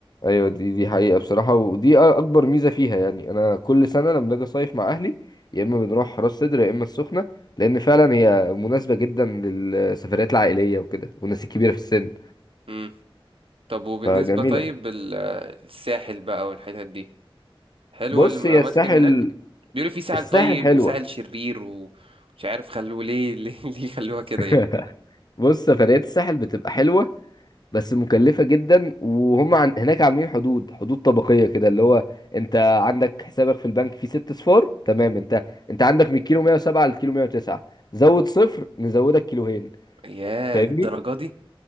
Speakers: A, on the left (about 45°); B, on the right (about 70°).
A: ايوه دي دي حقيقة بصراحة ودي أ- اكبر ميزة فيها يعني انا كل سنة لما باجي اصيف مع اهلي يا اما بنروح راس سدر يا اما السخنة لان فعلا هي مناسبة جدا للسفريات العائلية وكده والناس الكبيرة في السن
B: امم طب وبالنسبة
A: فجميلة
B: طيب ال- الساحل بقى والحتت دي حلوة
A: بص
B: الأماكن
A: هي الساحل
B: هناك بيقولوا في ساحل
A: الساحل
B: طيب
A: حلوة
B: وساحل شرير ومش عارف خلوه ليه <laughs> ليه ليه خلوها كده
A: <laughs>
B: يعني
A: بص سفريات الساحل بتبقى حلوة بس مكلفة جدا وهم عن... هناك عاملين حدود حدود طبقية كده اللي هو انت عندك حسابك في البنك فيه ست صفار تمام انت انت عندك من الكيلو 107 للكيلو 109 زود صفر نزودك كيلوهين
B: يا
A: فاهمني
B: الدرجة دي